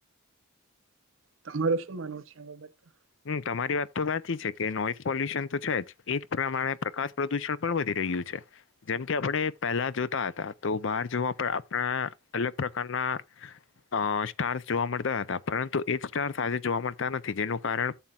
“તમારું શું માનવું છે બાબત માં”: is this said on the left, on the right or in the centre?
Right